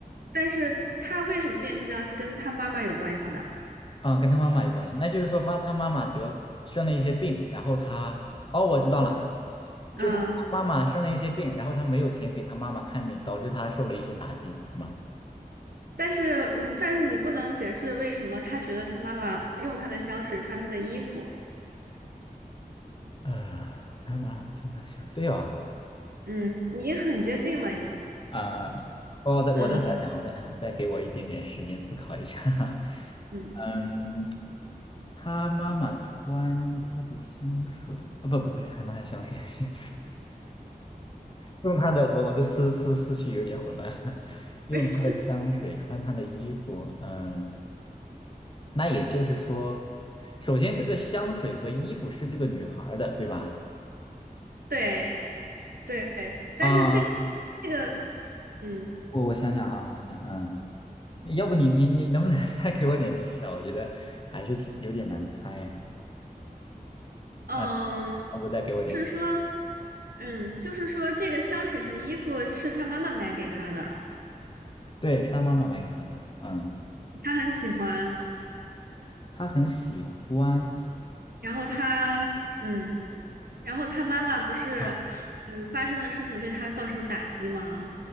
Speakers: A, on the right; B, on the left.
A: 但是他为什么变成这样是跟他妈妈有关系的。
B: 啊，跟他妈妈有关系。那就是说妈，他妈妈得生了一些病，然后他，哦，我知道了，
A: 嗯，
B: 就是他妈妈生了一些病，然后他没有钱给他妈妈看病，导致他受了一些打击，是吗？
A: 但是嗯，但是你不能解释为什么他觉得他妈妈用她的香水穿他的衣服。
B: 啊，他妈妈向他想，对哦，
A: 嗯，你很接近了。
B: 啊啊啊！我再我再想想，
A: 嗯
B: 我再想想，再给我一点点时间思考一下。<laughs>
A: 嗯，
B: 嗯，他妈妈穿他的香水，啊、不不不是穿他的香水，是用他的，我我的思思思绪有点混乱，<laughs> 用他的香水，
A: <laughs> 对，是，
B: 穿他的衣服，嗯，那也就是说，首先这个香水和衣服是这个女孩儿的，对吧？
A: 对。对，但是这
B: 啊，
A: 这个，嗯
B: 我我想想啊，我想想，嗯，要不你你你能不能 <laughs> 再给我点提示啊？我觉得还是挺有点难猜呀，
A: 嗯，
B: 嗯，要不再给我点提示？
A: 是说，嗯，就是说，这个香水和衣服是他妈妈买给他的，
B: 对，是他妈妈买给他的，嗯，
A: 他很喜欢。
B: 他很喜欢。
A: 然后他，嗯，然后他妈妈不是，
B: 啊。
A: 嗯，发生了事情对他造成打击吗？